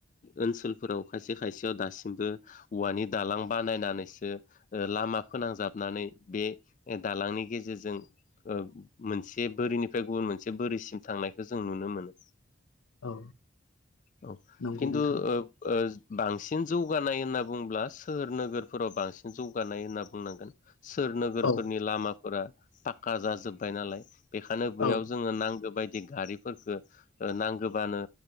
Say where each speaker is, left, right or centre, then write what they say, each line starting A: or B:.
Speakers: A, on the left; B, on the left.
A: ओनसोलफोराव खायसे खायसेयाव दासिमबो औवानि दालां बानायनानैसो ओ ला मा फोनांजाबनानै बे दालांनि गेजेरजों ओ मोनसे बोरिनिफ्राय गुबुन मोनसे बोरिसिम थांनायखौ जों नुनो मोनो
B: औ
A: औ
B: नंगौ
A: खिथु
B: नोंथां
A: ओ बांसिन जौगानाय होनना बुंब्ला सोहोर नोगोरफोराव बांसिन जौगानाय होनना बुंनांगोन। सोर नोगोरफोरनि
B: औ
A: लामाफोरा पाक्का जाजोबबाय नालाय बेखायनो बैयाव
B: औ
A: जोङो नांगौ बाय दि गारिफोरखो ओ नांगोबानो